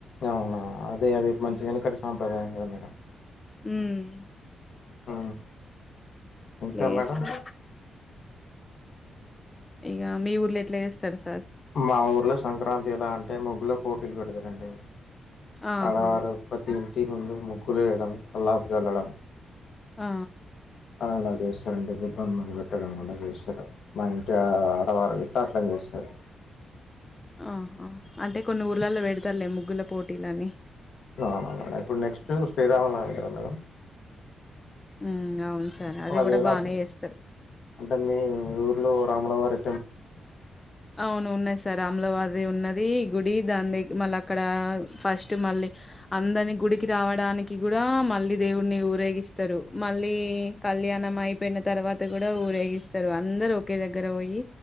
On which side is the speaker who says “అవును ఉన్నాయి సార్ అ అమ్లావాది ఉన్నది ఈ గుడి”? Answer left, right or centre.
Left